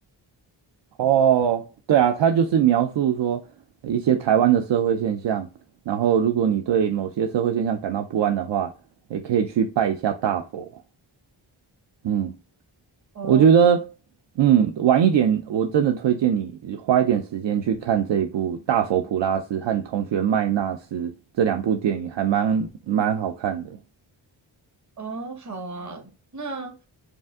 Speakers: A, on the right; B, on the right.
A: 哦，对啊，它就是描述说呃一些台湾的社会现象。然后，如果你对某些社会现象感到不安的话，也可以去拜一下大佛。嗯，
B: 哦，
A: 我觉得，嗯，晚一点，我真的推荐你花一点时间去看这一部《大佛普拉斯》和《同学麦纳斯》这两部电影，还蛮蛮好看的。
B: 哦，好啊，那。